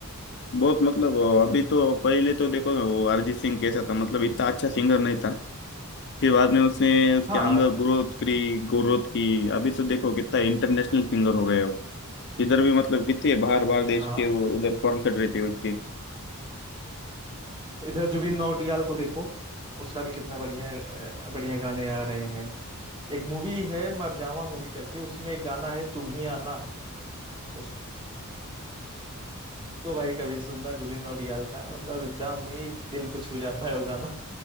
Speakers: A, on the left (about 50°); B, on the right (about 20°).
A: बहुत मतलब
B: अ,
A: अभी तो पहले तो देखो वो अरिजीत सिंह कैसा था मतलब इतना अच्छा सिंगर नहीं था फिर बाद में उसने उसके
B: हाँ
A: अंदर ग्रोथ करी ग्रोथ की अभी तो देखो कितना इंटरनेशनल सिंगर हो गया वो इधर भी मतलब कितने बाहर बाहर देश
B: हाँ
A: के वो उधर कॉन्सर्ट रहते हैं उसके
B: इधर जुबिन नौटियाल को देखो उसका भी कितना बढ़िया अ, बढ़िया गाने आ रहे हैं एक मूवी है मरजावा मूवी करके उसमें एक गाना है तुम ही आना उसको भाई कभी सुनना जुबिन नौटियाल का मतलब एकदम ही दिल को छू जाता है वो गाना